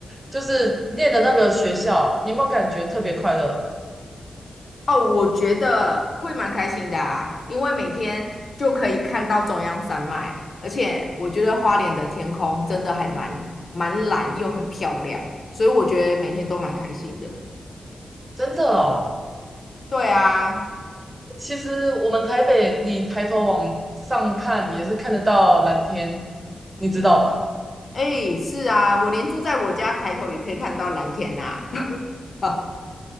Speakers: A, on the right; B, on the left.
A: 就是念的那个学校，你有没有感觉特别快乐？
B: 哦，我觉得会蛮开心的啊，因为每天就可以看到中央山脉，而且我觉得花莲的天空真的还蛮蛮蓝又很漂亮，所以我觉得每天都蛮开心的。
A: 真的哦。
B: 对啊，
A: 其实我们台北，你抬头往上看也是看得到蓝天，你知道吧？
B: 哎，是啊，我连住在我家抬头也可以看到蓝天啊，<laughs>